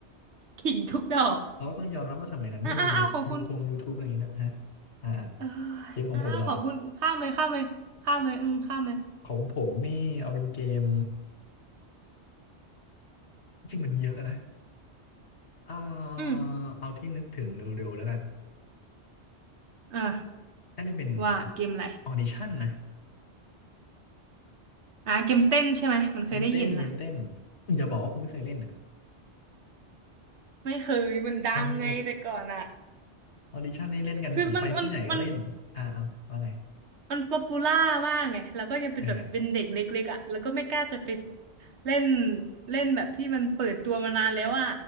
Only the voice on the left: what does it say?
เราก็ต้องยอมรับว่าสมัยนั้นไม่มียูทงยูทูบอะไรอย่างนี้นะฮะ
อ่าอ่า
เกมของผมเหรอ
ของผมนี่เอาเป็นเกมจริงมันเยอะนะเอ
อเอาที่นึกถึงเร็วๆแล้วกัน
น่าจะเป็น
ออดิชั่นนะ
เต้นเกมเต้นอย่าบอกว่าคุณไม่เคยเล่นอ่ะ
โอ้โห ออดิชั่นนี่เล่นกันผมไปที่ไหนก็เล่นอ่าเอาว่าไง
เออ